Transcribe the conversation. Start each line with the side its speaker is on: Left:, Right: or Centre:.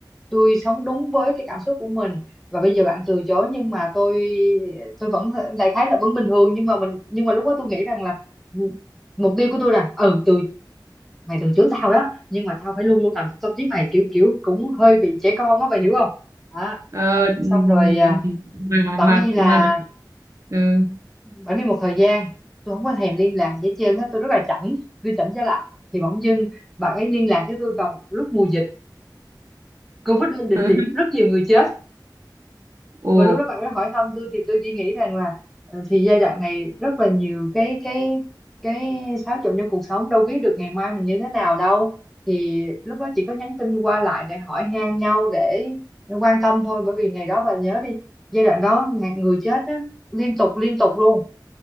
Centre: tôi sống đúng với cái cảm xúc của mình và bây giờ bạn từ chối nhưng mà tôi tôi vẫn đại khái là vẫn bình thường nhưng mà mình nhưng mà lúc đó tôi nghĩ rằng là ừ, mục tiêu của tôi là ừ từ mày từng chửi tao đó nhưng mà tao phải luôn luôn nằm trong tâm trí mày kiểu kiểu cũng hơi bị trẻ con á mày hiểu không đó
Right: Ờ, ừm,
Centre: xong rồi à,
Right: mà
Centre: bạn
Right: mà
Centre: đi là
Right: mà ừ.
Centre: bạn đi một thời gian tôi không có thèm liên lạc gì hết trơn á tôi rất là chảnh tôi chảnh trở lại thì bỗng dưng bạn ấy liên lạc với tôi vào lúc mùa dịch Covid lên đỉnh
Right: <laughs>
Centre: điểm rất nhiều người chết
Right: Ồ.
Centre: và lúc đó bạn ấy hỏi thăm tôi thì tôi chỉ nghĩ rằng là ờ, thì giai đoạn này rất là nhiều cái cái cái xáo trộn trong cuộc sống đâu biết được ngày mai mình như thế nào đâu thì lúc đó chỉ có nhắn tin qua lại để hỏi han nhau để quan tâm thôi bởi vì ngày đó bà nhớ đi giai đoạn đó ngày- người chết á, liên tục liên tục luôn